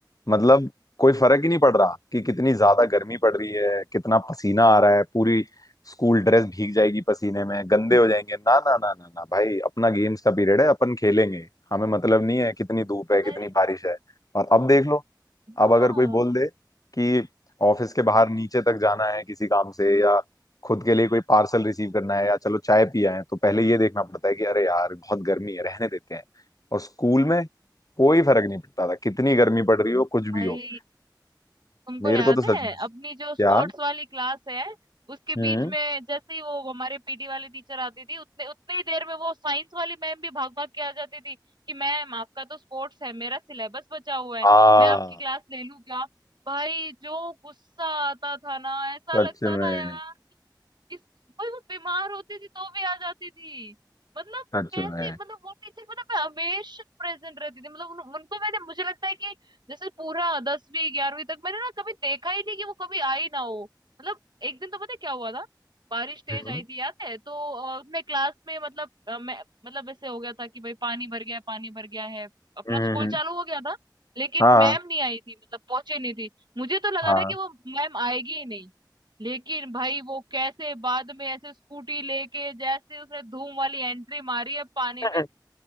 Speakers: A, on the left (about 50°); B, on the right (about 70°).
A: मतलब कोई फर्क ही नहीं पड़ रहा कि कितनी ज्यादा गर्मी पड़ रही है कितना पसीना आ रहा है पूरी स्कूल ड्रेस भीग जाएगी पसीने में गंदे हो जाएंगे ना ना ना ना ना भाई अपना गेम्स का पीरियड है अपन खेलेंगे हमें मतलब नहीं है कितनी धूप है कितनी
B: अरे
A: बारिश है और अब देख लो
B: हाँ
A: अब अगर कोई बोल दे कि ऑफिस के बाहर नीचे तक जाना है किसी काम से या खुद के लिए कोई पार्सल रिसीव करना है या चलो चाय पिया है तो पहले ये देखना पड़ता है कि अरे यार बहुत गर्मी है रहने देते हैं और स्कूल में कोई फर्क नहीं पड़ता था कितनी गर्मी पड़ रही हो कुछ भी
B: भाई
A: हो
B: तुमको
A: मेरे
B: याद
A: को तो सच
B: है
A: में क्या
B: अपनी जो स्पोर्ट्स वाली क्लास है उसके
A: हम्म
B: बीच में जैसे ही वो हमारे पीटी वाली टीचर आती थी उतने उतने ही देर में वो साइंस वाली मैम भी भाग भाग के आ जाती थी कि मैम आपका तो स्पोर्ट्स है मेरा सिलेबस बचा हुआ है
A: हाँ
B: मैं आपकी क्लास ले लूं क्या भाई जो गुस्सा आता था ना ऐसा
A: सच
B: लगता
A: में
B: था यार इस भाई वो बीमार होती थी तो भी आ जाती थी मतलब
A: सच
B: कैसे
A: में
B: मतलब वो टीचर मतलब मैं हमेशा प्रेजेंट रहती थी मतलब उन, उनको मैंने मुझे लगता है कि जैसे पूरा दसवीं ग्यारहवीं तक मैंने ना कभी देखा ही नहीं कि वो कभी आई ना हो मतलब एक दिन तो पता है क्या हुआ था बारिश तेज
A: हम्म
B: आई थी याद है तो अ, मैं क्लास में मतलब अ, मैं मतलब ऐसे हो गया था कि भाई पानी भर गया है पानी भर गया है अपना
A: हम्म
B: स्कूल
A: हम्म,
B: चालू हो गया था लेकिन
A: हाँ
B: मैम नहीं आई थी मतलब पहुंचे नहीं थी मुझे तो लगा
A: हाँ
B: था कि वो मैम आएगी ही नहीं लेकिन भाई वो कैसे बाद में ऐसे स्कूटी लेके जैसे उसने धूम वाली एंट्री मारी है पानी
A: <laughs>
B: में